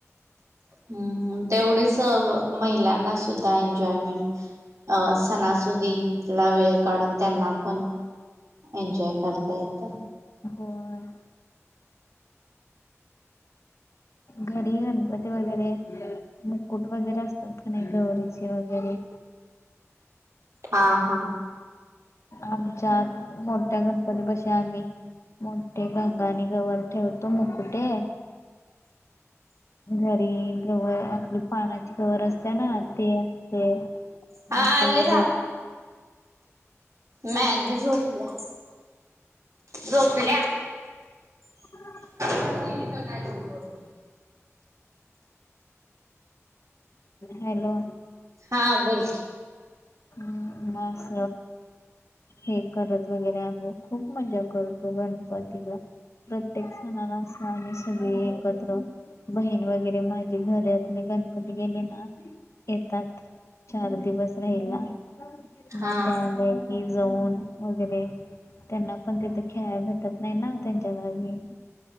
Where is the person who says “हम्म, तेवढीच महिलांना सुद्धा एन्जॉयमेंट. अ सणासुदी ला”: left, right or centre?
Right